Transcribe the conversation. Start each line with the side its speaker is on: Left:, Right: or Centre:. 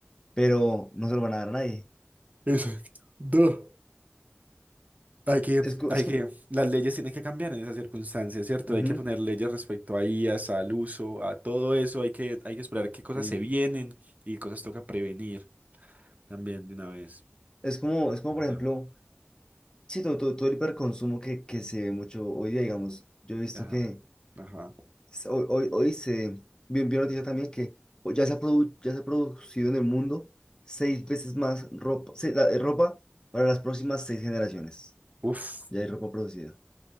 Left: pero no se lo van a dar a nadie.
Right: Exacto. No. Hay que,
Left: Es, co-
Right: hay
Left: es
Right: que,
Left: como,
Right: las leyes tienen que cambiar en esas circunstancias, ¿cierto?
Left: ujú,
Right: Hay que poner leyes respecto a IAs, al uso, a todo eso. Hay que, hay que esperar qué cosas
Left: sí.
Right: se vienen y cosas toca prevenir también de una vez,
Left: Es como, es como,
Right: ¿verdad?
Left: por ejemplo Sí, todo, todo, todo el hiperconsumo que, que se ve mucho hoy día, digamos. Yo he visto
Right: Ajá,
Left: que
Right: ajá.
Left: s- hoy, hoy, hoy se vi vi una noticia también que ya se ha, produ- ya se ha producido en el mundo seis veces más ropa, se- la- eh, ropa para las próximas seis generaciones.
Right: Uf,
Left: Ya hay ropa producida.